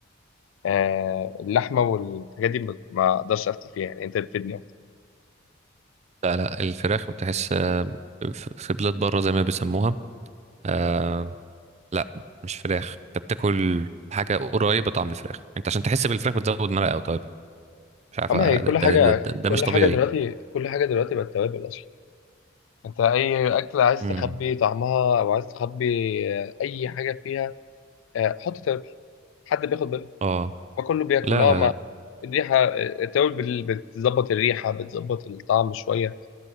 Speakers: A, on the left; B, on the right.
A: آه اللحمة والحاجات دي ما ما اقدرش افتي فيها يعني انت تفيدني اكتر
B: لا لا الفراخ تحس آه، في في بلاد بره زي ما بيسموها آه لا مش فراخ انت بتاكل حاجه قريبه طعم الفراخ انت عشان تحس بالفراخ بتزود مرقه او توابل مش عارف
A: اما
B: آه،
A: هي كل
B: ده, ده,
A: حاجة
B: ده, ده, ده
A: كل
B: مش طبيعي
A: حاجة دلوقتي كل حاجة دلوقتي بقت توابل اصلا انت اي اكلة عايز
B: امم
A: تخبي طعمها او عايز تخبي آه، اي حاجة فيها آه، حط توابل حد بياخد باله
B: اه
A: ما كله بياكل
B: لا
A: اه
B: لا
A: ما
B: لا
A: الريحه آه، التوابل بال- بتظبط الريحه بتظبط الطعم شويه